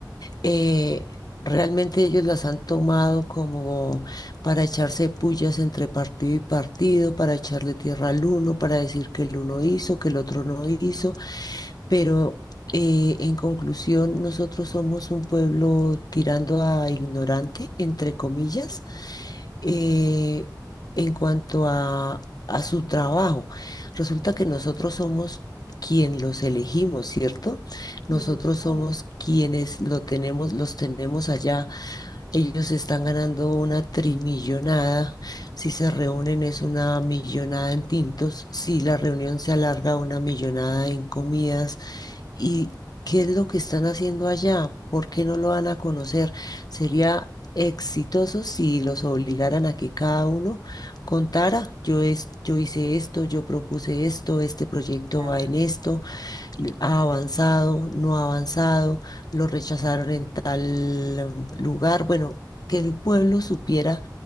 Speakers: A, on the left (about 60°); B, on the right (about 85°).
A: Eh, realmente ellos las han tomado como para echarse pullas entre partido y partido, para echarle tierra al uno, para decir que el uno hizo, que el otro no hizo. Pero eh, en conclusión, nosotros somos un pueblo tirando a ignorante, entre comillas
B: Sí,
A: eh, en cuanto a, a su trabajo. Resulta que nosotros somos quien los elegimos, ¿cierto?
B: sí,
A: Nosotros
B: se supone,
A: somos quienes lo tenemos, los tenemos allá. Ellos están ganando una trimillonada. Si se reúnen es una millonada en tintos. Si la reunión se alarga, una millonada en comidas. ¿Y qué es lo que están haciendo allá? ¿Por qué no lo van a conocer? Sería exitoso si los obligaran a que cada uno contara, yo, es, yo hice esto, yo propuse esto, este proyecto
B: claro.
A: va en esto, le- ha avanzado, no ha avanzado, lo rechazaron en tal mm, lugar. Bueno, que el pueblo supiera,